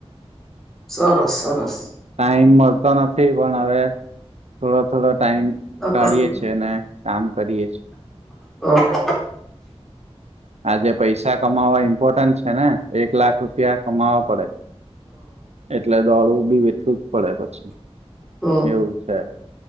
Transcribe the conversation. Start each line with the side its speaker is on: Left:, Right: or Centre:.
Centre: સરસ સરસ
Right: ટાઈમ મળતો નથી પણ હવે થોડો થોડો ટાઈમ
Centre: બરાબર
Right: કાઢીએ છીએ એ અને કામ કરીએ છીએ
Centre: ઓહ <unintelligible>
Right: આજે પૈસા કમાવા ઈમ્પોર્ટન્ટ છે ને એક લાખ રૂપિયા કમાવા પડે એટલે દોડું બી જ પડે પછી
Centre: હમ
Right: એવું છે